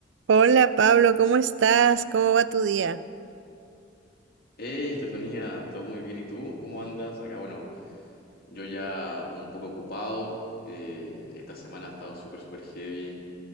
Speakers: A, on the right; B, on the left.
A: Hola Pablo, ¿cómo estás? ¿Cómo va tu día?
B: Hey, Estefanía, todo muy bien. ¿Y tú? ¿Cómo andas? Acá, bueno, yo ya un poco ocupado. eh, esta semana ha estado súper, súper heavy,